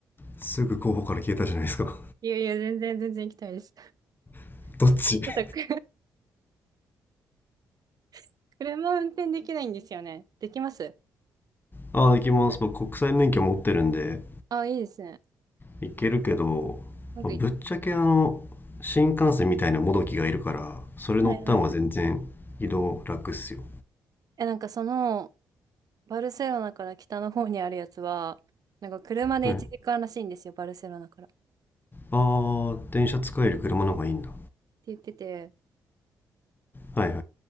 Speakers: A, on the left (about 25°); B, on the right (about 45°).
A: すぐ候補から消えたじゃないですか
B: いやいや、全然全然行きたいです。ち
A: <laughs> どっち <laughs>
B: ょっとく <laughs> 車運転できないんですよね。できます
A: ああ行きます僕国際免許持ってるんで
B: あ、いいですね。
A: 行けるけど、
B: なんかい、
A: まあぶっちゃけあの新幹線みたいなもどきがいるからそれ乗った方が全然移動楽っすよ、
B: はいはい。え、なんかその、バルセロナから北の方にあるやつは、なんか車で1時間らしいんですよ、
A: はい、あ
B: バルセロナから。って
A: あ電車使える車の方がいいんだ
B: 言ってて、
A: はいはい